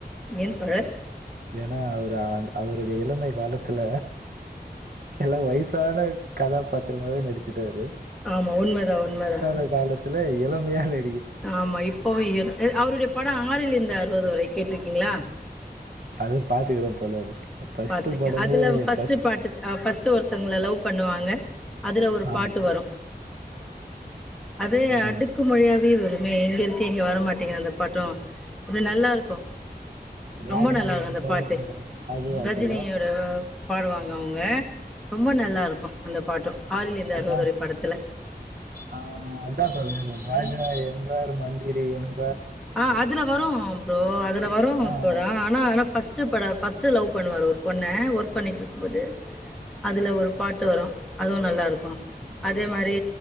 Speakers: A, in the centre; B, on the right.
A: ஏன் தோழர்
B: ஏன்னா அவரு அவருடைய இளமை காலத்துல எல்லா வயசான கதாபாத்திரமாவே நடிச்சுட்டாரு
A: ஆமா உண்மதா உண்மதா
B: பிற்காலத்துல இளமையாவே
A: ஆமா இப்பவும் அவருடைய படம் ஆறிலிருந்து அறுபது வரை கேட்டிருக்கீங்களா
B: அது பாத்துக்கிறேன் தோழர் ஃபர்ஸ்ட்
A: பாத்திருக்கே
B: படமே
A: அதுல ஃபஸ்ட்
B: ஃபர்ஸ்ட்
A: பாட்டு ஃபஸ்ட் ஒருத்தங்கள லவ் பண்ணுவாங்க அதுல ஒரு பாட்டு
B: ஆமா
A: வரோ அது
B: ஆமா
A: அடுக்கு மொழியாக பீல் வருமே இங்க இருக்கு இங்கே வரமாட்டேங்கிது அந்த பாட்டும் அது நல்லா இருக்கோ
B: ராஜா
A: ரொம்ப நல்லா இருக்கோ
B: என்பார்
A: அந்த பாட்டு
B: ம- அதுவா
A: ரஜினியோட
B: தோழா
A: பாடுவாங்க அவுங்க ரொம்ப நல்லா இருக்கும் அந்த பாட்டும் ஆறிலிருந்து
B: அதான்
A: அறுபதுவரை பாடத்துல
B: ஆஹ் அதான் தோழர் ராஜா என்றார் மந்திரி என்
A: ஆஹ் அதுல வரும் ப்ரோ அதுல வரும்
B: ஆஹ்
A: தோழா ஆனா ஆனா ஃபஸ்ட் ஃபஸ்ட்டு படோ பஸ்ட் லவ் பண்ணுவாரு ஒரு பொண் னா ஒர்க் பண்ணிட்டிருக்கும் போது அதுல ஒரு பாட்டு வரோ அதுவு நல்லாருக்கோ அதே மாரி